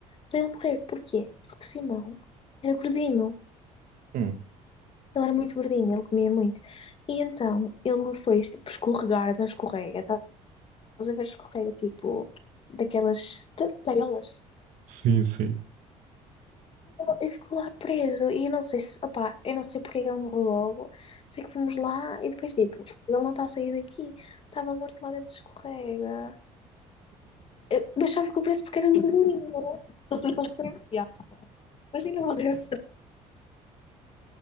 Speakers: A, on the left; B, on the right.
A: para ele morrer. Porquê? Porque o Simão era gordinho.
B: Hum.
A: Ele era muito gordinho, ele comia muito. E então ele foi escorregar na escorrega. Estás a ver escorrega, tipo, daquelas gaiolas
B: Sim, sim.
A: E ficou lá preso. E eu não sei se, opá, eu não sei porque é que ele morreu logo. Sei que fomos lá e depois, tipo, ele não está a sair daqui. Estava morto lá dentro, escorrega. Eu achava que o preço porque era gordinho. <laughs> Imagina o gordinho.